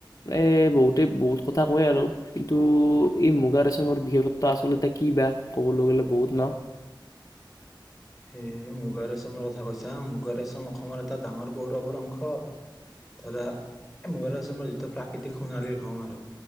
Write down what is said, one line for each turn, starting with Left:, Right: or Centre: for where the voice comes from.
Left: এ বহুতে বহুত কথা কয় আৰু কিন্তু এই মুগা ৰেচমৰ বিশেষত্ব আচলতে কি বা ক'বলৈ গ'লে বহুত ন?
Centre: এ মুগাৰ ৰেচমৰ কথা কৈছা মুগাৰেচম অসমৰ এটা ডাঙৰ গৌৰৱৰ অংশ ধৰা এ মুগা ৰেচমৰ যিটো প্ৰাকৃতিক সোণালী ৰং আৰু